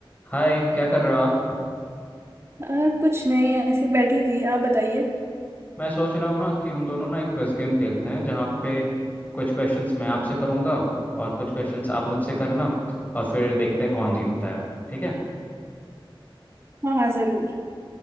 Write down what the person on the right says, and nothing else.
अ, कुछ नहीं ऐसे बैठी थी आप बताइए
हाँ हाँ जरूर